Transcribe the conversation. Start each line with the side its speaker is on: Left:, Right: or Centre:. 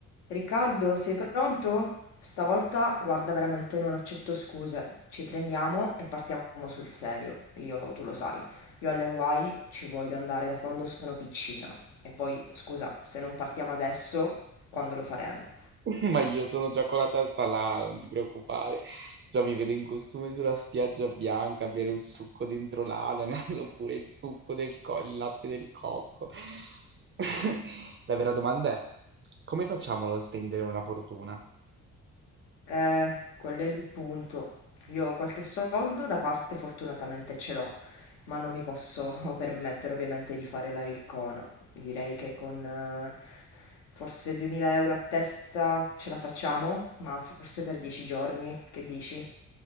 Left: Riccardo, sei pronto? Stavolta, guarda, veramente non accetto scuse. Ci prendiamo e partiamo sul serio. Io, tu lo sai, io alle Hawaii ci voglio andare da quando sono piccina. E poi, scusa, se non partiamo adesso, quando lo faremo?
Right: <laughs> Ma io sono già con la testa là, non ti preoccupare. Già mi vedo in costume sulla spiaggia bianca a bere il succo dentro l'ananas <laughs> oppure il succo del co- il latte del cocco. <laughs> La vera domanda è: come facciamo a non spendere una fortuna?
Left: Eh, quello è il punto. Io qualche soldo da parte fortunatamente ce l'ho, ma non mi posso <laughs> permettere ovviamente di fare la riccona. Direi che con eh, forse 2000 euro a testa ce la facciamo, ma forse per 10 giorni, che dici?